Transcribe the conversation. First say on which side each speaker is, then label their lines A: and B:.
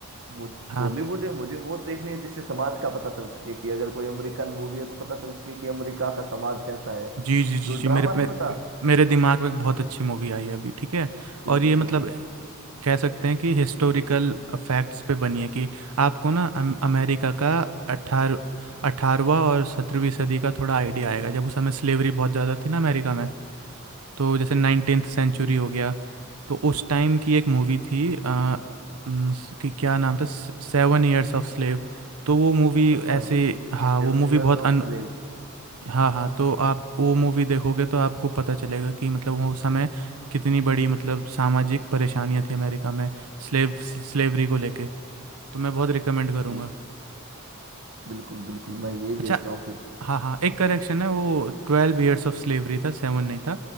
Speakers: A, on the right; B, on the right.
A: मुझ
B: हाँ
A: हॉलीवुड में मुझे वो देखनी है जिससे समाज का पता चल सके कि अगर कोई अमेरिकन मूवी है तो पता चल सके कि अमेरिका का समाज कैसा है
B: जी जी जी
A: जो
B: जी
A: ड्रामा
B: मेरे
A: नहीं
B: मेरे,
A: होता
B: मेरे दिमाग में एक बहुत अच्छी मूवी आई है अभी ठीक है
A: बिल्कुल
B: और ये मतलब
A: बताइए
B: कह सकते हैं कि हिस्टोरिकल फैक्ट्स पे बनी है कि आपको ना अम- अमेरिका का अठारह अठारहवा और सत्रहवीं सदी का थोड़ा आइडिया आएगा जब उस समय स्लेवरी बहुत ज़्यादा थी ना अमेरिका में तो जैसे नाइनटीन्थ सेंचुरी हो गया तो उस टाइम की एक मूवी थी अ, न, स- कि क्या नाम था सेवन ईयर्स ऑफ स्लेव तो वो मूवी
A: अच्छा
B: ऐसे हाँ वो
A: सेवन
B: मूवी
A: इयर्स
B: बहुत
A: ऑफ स्लेव
B: हाँ हाँ तो आप वो मूवी देखोगे तो आपको पता चलेगा कि मतलब वो उस समय कितनी बड़ी मतलब सामाजिक परेशानियां थी अमेरिका में स्लेव स्लेवरी को लेके तो मैं बहुत रिकमेंड करूँगा
A: बिल्कुल बिल्कुल बिल्कुल मैं यही
B: अच्छा
A: देखता हूँ फिर
B: हाँ हाँ एक करेक्शन है वो ट्वेल्व ईयर्स ऑफ स्लेवरी था सेवन नहीं था